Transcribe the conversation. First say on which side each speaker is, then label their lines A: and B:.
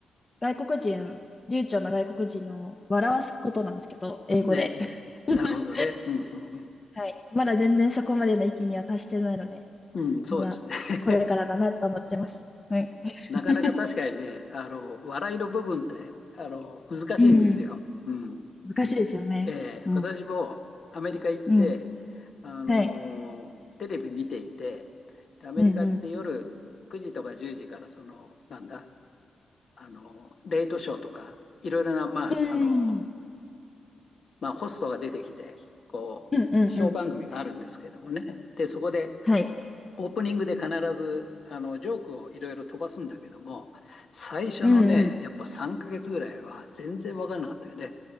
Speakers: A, on the left (about 20°); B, on the left (about 50°).
A: 外国人、流暢な外国人を笑わすことなんですけど、英語で。
B: ねえ、えなるほどね。
A: <laughs>
B: うん、うん、
A: はい。まだ全然そこまでの域には達してないので、
B: うん。うん、そうですね。
A: まだこれからだなと思ってます。はい。
B: <laughs>
A: <laughs>
B: なかなか確かにね、あの、笑いの部分って、あの、難しいんですよ。
A: うん。
B: うん。
A: 難しいですよね。
B: ええ、
A: うん。
B: 私もアメリカ行って、
A: うん。
B: あのテレビ見ていて、
A: はい。
B: でアメリカって夜9時とか10時からその、
A: うんうん。
B: なんだ、あのレイトショーとか、いろいろな、まああの
A: うん。
B: まあ、ホストが出てきて、こう、
A: うんうんうん。
B: ショー番組があるんですけどもね、でそこで
A: はい。
B: オープニングで必ずあのジョークをいろいろ飛ばすんだけども、最初のね、
A: うんうん。
B: やっぱ3ヶ月ぐらいは全然分からなかったよね。